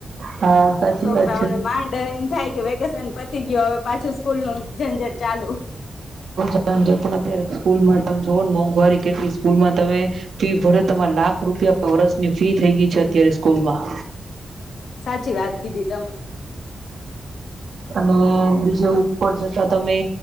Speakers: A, on the right; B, on the left.
A: હા સાચી
B: છોકરાઓને
A: વાત છે
B: માંડ એમ થાય. કે વેકે સન પતી ગયો હવે પાછું સ્કૂલ નું ઝંઝર ચાલુ.
A: સાજ પણ અત્યારે કૂલ. મન તમે જો ને મોંઘવારી કેટલી સ્કૂલમાં તમે ફી ભરે તમારે લાખ રૂપિયા વર્ષ ની ફી થઈ ગઈ છે અત્યારે. સ્કૂલમાં.
B: સાચી વાત કીધી તમે.
A: અને. બીજો ઉપર થતાં તમે